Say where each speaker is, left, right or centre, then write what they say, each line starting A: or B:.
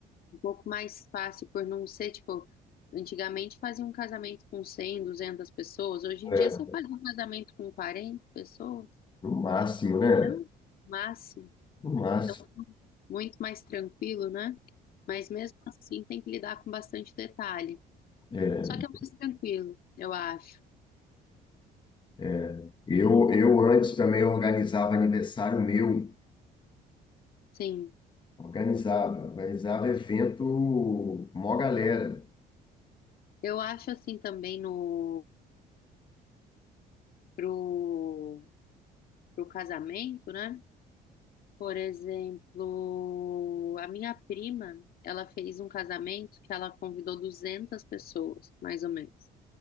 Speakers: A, on the left; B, on the left.
A: um pouco mais fácil por não ser, tipo, antigamente fazia um casamento com 100, 200 pessoas, hoje em
B: É.
A: dia você faz um casamento com 40 pessoas,
B: No máximo, né?
A: então, máximo,
B: No máximo.
A: então, muito mais tranquilo, né? Mas mesmo assim tem que lidar com bastante detalhe.
B: É.
A: Só que é mais tranquilo, eu acho.
B: É. Eu, eu antes também organizava aniversário meu,
A: Sim.
B: organizava, organizava evento, mó galera.
A: Eu acho assim também no pro, pro casamento, né? Por exemplo, a minha prima, ela fez um casamento que ela convidou 200 pessoas, mais ou menos.